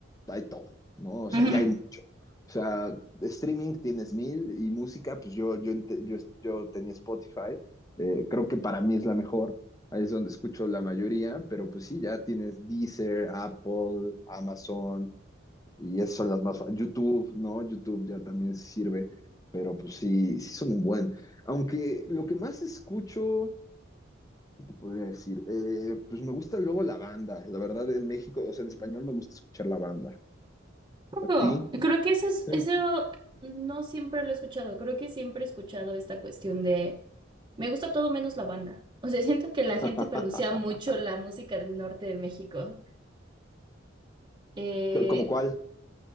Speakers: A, on the left (about 15°); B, on the right (about 25°).
A: hay todo, ¿no? O sea,
B: Ujú.
A: y hay mucho. O sea, de streaming tienes mil y música, pues yo, yo, ente- yo, yo tenía Spotify, eh, creo que para mí es la mejor, ahí es donde escucho la mayoría, pero pues sí, ya tienes Deezer, Apple, Amazon. Y esas son las más... fa- YouTube, ¿no? YouTube ya también sirve, pero pues sí, sí son un buen. Aunque lo que más escucho, ¿qué te podría decir? Eh, pues me gusta luego la banda. La verdad, en México, o sea, en español me gusta escuchar la banda.
B: Ojo,
A: ¿A ti?
B: Creo que eso es,
A: Sí.
B: eso no siempre lo he escuchado. Creo que siempre he escuchado esta cuestión de me gusta todo menos la banda. O sea, siento que la gente
A: <laughs>
B: pelucea mucho la música del norte de México. Eh,
A: ¿Como cuál?